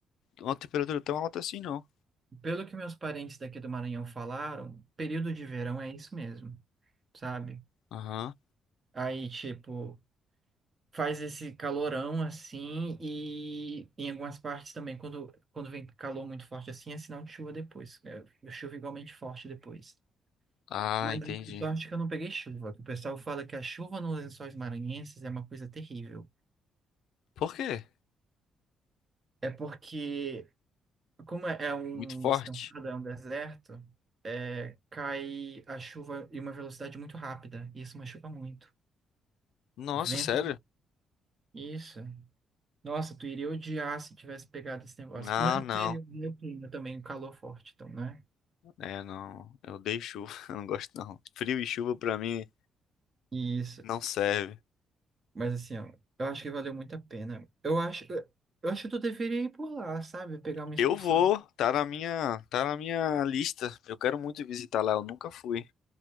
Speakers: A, on the left; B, on the right.
A: uma temperatura tão alta assim, não.
B: pelo que meus parentes daqui do Maranhão falaram, período de verão é isso mesmo, sabe?
A: Aham.
B: Aí, tipo, faz esse calorão assim e em algumas partes também quando quando vem calor muito forte assim é sinal de chuva depois é, chuva igualmente forte depois
A: Ah,
B: mas
A: entendi.
B: eu só acho que eu não peguei chuva que o pessoal fala que a chuva nos Lençóis Maranhenses é uma coisa terrível
A: Por quê?
B: é porque como é é um
A: Muito forte.
B: descampado é um deserto é, cai a chuva em uma velocidade muito rápida e isso machuca muito
A: Nossa,
B: vento
A: sério?
B: isso Nossa, tu iria odiar se tivesse pegado esse negócio.
A: Ah,
B: Mas
A: não.
B: tu iria ver o clima também, o calor forte, então, né?
A: É, não. Eu odeio chuva, <laughs> eu não gosto não. Frio e chuva pra mim
B: Isso.
A: não serve.
B: Mas assim, ó, eu acho que valeu muito a pena. Eu acho, eu acho que tu deveria ir por lá, sabe? Pegar uma excursão.
A: Eu vou, tá na minha, tá na minha lista. Eu quero muito visitar lá, eu nunca fui.